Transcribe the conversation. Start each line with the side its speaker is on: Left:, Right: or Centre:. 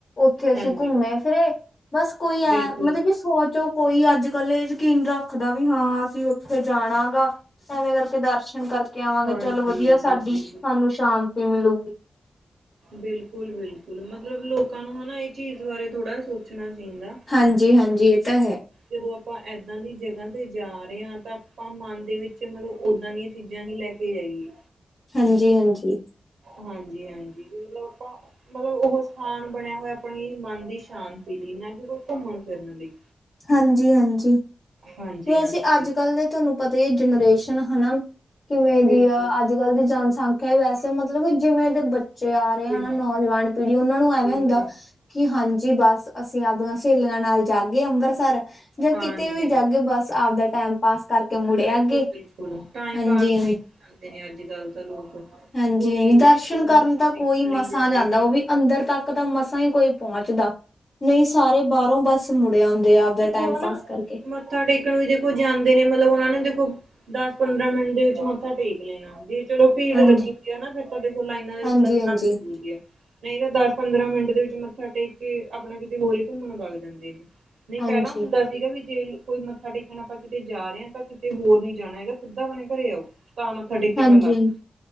Left: ਓਥੇ ਅਸੀਂ
Right: ਹਾਂਜੀ
Left: ਘੁੰਮੇ ਫਿਰੇ, ਬਸ ਕੋਈ ਐਂਏ
Right: ਬਿਲਕੁਲ
Left: ਮਤਲਬ ਕਿ ਸੋ ਚੋ ਕੋਈ ਅੱਜ ਕੱਲ ਏ ਯਕੀਨ ਰੱਖਦਾ ਵੀ ਹਾਂ ਅਸੀਂ ਓਥੇ ਜਾਣਾ ਗਾ ਐਵੇਂ ਕਰਕੇ ਦਰਸ਼ਨ ਕਰ ਕੇ ਆਵਾਂਗੇ
Right: ਹਾਂਜੀ
Left: ਚੱਲ ਵਦੀਆ ਸਾਡੀ,
Right: ਹਾਂਜੀ
Left: ਸਾਨੂੰ ਸ਼ਾਂਤੀ ਮਿਲੂਗੀ।
Right: ਬਿਲਕੁਲ-ਬਿਲਕੁਲ ਮਤਲਬ ਲੋਕਾਂ ਨੂੰ ਹਨਾ ਏ ਚੀਜ਼ ਬਾਰੇ ਥੋੜਾ ਜਾ ਸੋਚਣਾ ਚਾਈਂਦਾਂ।
Left: ਹਾਂਜੀ-ਹਾਂਜੀ ਏ ਤਾ ਹੈ।
Right: ਜਦੋਂ ਆਪਾਂ ਏਦਾਂ ਦੀ ਜਗਾਂ ਤੇ ਜਾ ਰਏ ਆਂ ਤਾਂ ਆਪਾਂ ਮਨ ਦੇ ਵਿੱਚ ਮਤਲਬ ਓਦਾਂ ਦੀਆਂ ਚੀਜਾਂ ਹੀ ਲੈ ਕੇ ਜਾਈਏ।
Left: ਹਾਂਜੀ-ਹਾਂਜੀ।
Right: ਹਾਂਜੀ-ਹਾਂਜੀ ਵੀ ਮਤਲਬ ਆਪਾਂ ਮਤਲਬ ਓਹ ਸਥਾਨ ਬਣਿਆ ਹੋਇਆ ਆਪਣੀ ਮਨ ਦੀ ਸ਼ਾਂਤੀ ਲਈ ਨਾ ਕਿ ਕੋਈ ਘੁੰਮਣ ਫਿਰਨ ਲਈ।
Left: ਹਾਂਜੀ-ਹਾਂਜੀ,
Right: ਹਾਂਜੀ-ਹਾਂਜੀ
Left: ਵੈਸੇ ਅੱਜ ਕੱਲ ਦੇ ਤੁਆਨੂੰ ਪਤਾ ਈ ਐ ਜਨਰੇਸ਼ ਨ ਹਨਾ ਕਿਵੇਂ ਦੀ
Right: ਬਿਲਕੁਲ
Left: ਆ, ਅੱਜ-ਕੱਲ ਦੀ ਜਨਸੰੰਖ ਆ ਵੈਸੇ ਮਤਲਬ ਕਿ ਜਿਵੇਂ ਦੇ ਬੱਚੇ ਆ ਰਏ ਆ
Right: ਬਿਲ
Left: ਨਾ ਨੌਜਵਾਨ ਪੀੜੀ ਓਨਾਂ ਨੂੰ ਐਵੇਂ
Right: ਬਿਲਕੁਲ
Left: ਹੁੰਦਾ ਕਿ ਹਾਂਜੀ ਬਸ ਅਸੀਂ ਆਵਦੀਆਂ ਸਹੇਲੀਆਂ ਨਾਲ ਜਾਗੇ ਅੰਬਰਸਰ। ਜਾਂ
Right: ਹਾਂਜੀ
Left: ਕਿਤੇ ਵੀ ਜਾਗੇ ਬਸ ਆਵਦਾ ਟੈਮ ਪਾਸ। ਕਰਕੇ ਮੁੜੇ
Right: ਬਿਲਕੁਲ-ਬਿਲਕੁਲ
Left: ਅੱਗੇ
Right: ਟਾਈਮ
Left: ਹਾਂਜੀ
Right: ਪਾਸ ਲਈ ਜਾਂਦੇ ਨੇ ਅੱਜ-ਕੱਲ ਤਾਂ ਲੋਕ।
Left: ਹਾਂਜੀ-ਹਾਂਜੀ
Right: ਕੋਈ
Left: ਦਰਸ਼ਨ ਕਰਨ
Right: ਮੱਥਾ
Left: ਤਾਂ
Right: ਟੇਕਣ
Left: ਕੋਈ ਮਸਾਂ
Right: ਲਈ ਜਾ
Left: ਜਾਂਦਾ
Right: ਰਹੇ ਨੇ
Left: ਓ ਵੀ ਅੰਦਰ ਤੱਕ ਤਾਂ ਮਸਾਂ ਈ ਕੋਈ ਪੌਂਚਦਾ ਨਈਂ ਸਾਰੇ ਬਾਰੋਂ ਬੱਸ ਮੁੜੇ ਔਂਦੇ ਆ। ਆਪਦਾ ਟਾਈਮ
Right: ਹੁਨ
Left: ਪਾਸ ਕਰਕੇ
Right: ਮੱਥਾ ਟੇਕਣ ਵੀ ਦੇਖੋ ਜਾਂਦੇ ਨੇ ਮਤਲਬ ਓਨਾਂ ਨੇ ਦੇਖੋ ਦਸ-ਪੰਦਰਾਂ ਮਿੰਟ ਦੇ ਵਿੱਚ ਮੱਥਾ ਟੇਕ ਲੈਨਾ ਜੇ ਚਲੋ ਭੀੜ
Left: ਹਾਂਜੀ
Right: ਲੱਗੀ ਹੁੰਦੀ ਆ ਨਾ ਫਿਰ ਤਾਂ ਦੇਖੋ ਲਾਈਨਾਂ ਦੇ ਵਿੱਚ
Left: ਹਾਂਜੀ
Right: ਲੱਗਣਾ
Left: ਹਾਂਜੀ
Right: ਮਜਬੂਰੀ ਐ। ਨਈਂ ਤਾਂ ਦਸ ਪੰਦਰਾਂ ਮਿੰਟ ਦੇ ਵਿੱਚ ਮੱਥਾ ਟੇਕ ਕੇ ਆਪਣਾ ਕਿਤੇ ਹੋਰ ਈ ਘੁੰਮਣ ਬਗ ਜਾਂਦੇ ਨੇ। ਨਈਂ
Left: ਹਾਂਜੀ
Right: ਪੈਲਾਂ ਹੁੰਦਾ ਸੀਗਾ ਵੀ ਜੇ ਕੋਈ ਮੱਥਾ ਟੇਕਣ ਆਪਾਂ ਕਿਤੇ ਜਾ ਰਏ ਆਂ ਤਾਂ ਕਿਤੇ ਹੋਰ ਨੀ ਜਾਣਾ ਹੈਗਾ ਸਿੱਦਾ ਆਪਣੇ ਘਰੇ ਆਓ। ਤਾਂ ਮੱਥਾ ਟੇਕਿਆ
Left: ਹਾਂਜੀ
Right: ਹੋਇਆ ਲੱਗਦਾ,
Left: ਹਾਂਜੀ